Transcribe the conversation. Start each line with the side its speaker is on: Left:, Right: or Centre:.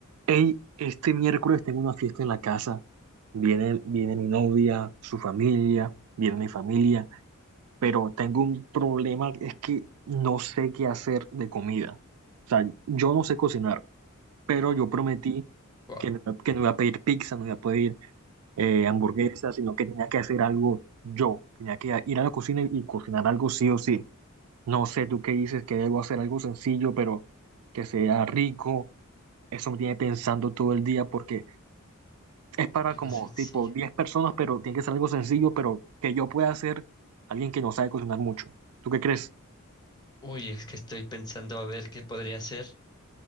Right: Hey, este miércoles tengo una fiesta en la casa. Viene, viene mi novia, su familia, viene mi familia, pero tengo un problema, es que no sé qué hacer de comida. O sea, yo no sé cocinar, pero yo prometí
Left: Wow,
Right: que no, que no iba a pedir pizza, no iba a pedir eh, hamburguesa, sino que tenía que hacer algo yo. Tenía que ir a la cocina y cocinar algo sí o sí. No sé tú qué dices, que debo hacer algo sencillo, pero que sea rico. Eso me tiene pensando todo el día porque es para
Left: algo
Right: como
Left: sencillo.
Right: tipo 10 personas, pero tiene que ser algo sencillo, pero que yo pueda hacer alguien que no sabe cocinar mucho. ¿Tú qué crees?
Left: Uy, es que estoy pensando a ver qué podría ser.